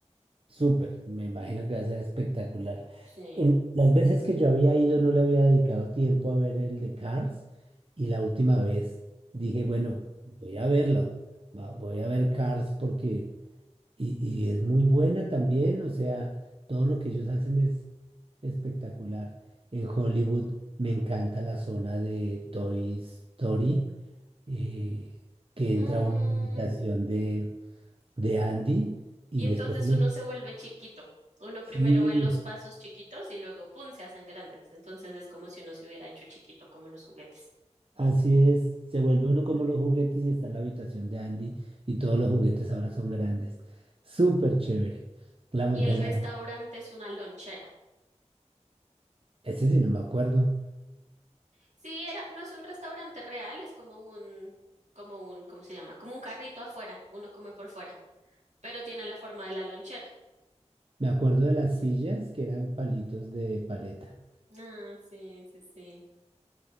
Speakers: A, on the right; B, on the right.
A: Súper. Me imagino que va a ser espectacular.
B: Sí.
A: En, las veces que yo había ido no le había dedicado tiempo a ver el de Cars. Y la última vez dije, bueno, voy a verlo. va- Voy a ver Cars porque Y, y es muy buena también, o sea, todo lo que ellos hacen es espectacular. En Hollywood me encanta la zona de Toy Story, eh, que entra
B: Mm,
A: una imitación de, de Andy y
B: y entonces
A: después uno,
B: uno se vuelve chiquito. Uno
A: sí,
B: primero ve los pasos chiquitos y luego, ¡pum!, se hacen grandes. Entonces es como si uno se hubiera hecho chiquito, como los juguetes.
A: así es, se vuelve uno como los juguetes y está en la habitación de Andy y todos los juguetes ahora son grandes. Súper chévere. La montaña,
B: Y el restaurante es una lonchera.
A: ese sí no me acuerdo.
B: Sí, era, no es un restaurante real, es como un, como un, ¿cómo se llama? Como un carrito afuera, uno come por fuera, pero tiene la forma de la lonchera.
A: Me acuerdo de las sillas que eran palitos de paleta.
B: Ah, sí, sí, sí.